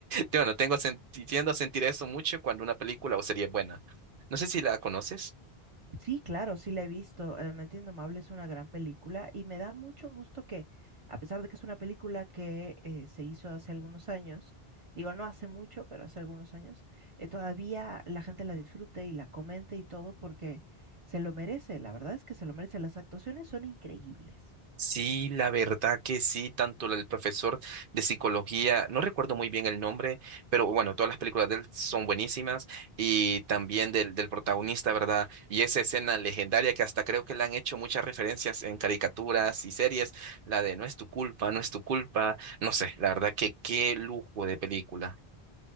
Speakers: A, on the right; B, on the right.
A: Bueno, tengo sen- tiendo a sentir eso mucho cuando una película o serie es buena. No sé si la conoces.
B: Sí, claro, sí la he visto. eh, Mente Indomable es una gran película y me da mucho gusto que, a pesar de que es una película que eh, se hizo hace algunos años, digo no hace mucho, pero hace algunos años, eh, todavía la gente la disfrute y la comente y todo porque se lo merece. La verdad es que se lo merece. Las actuaciones son increíbles.
A: Sí, la verdad que sí, tanto el profesor de psicología, no recuerdo muy bien el nombre, pero bueno, todas las películas de él son buenísimas y también del, del protagonista, ¿verdad? Y esa escena legendaria que hasta creo que le han hecho muchas referencias en caricaturas y series, la de no es tu culpa, no es tu culpa, no sé, la verdad que qué lujo de película.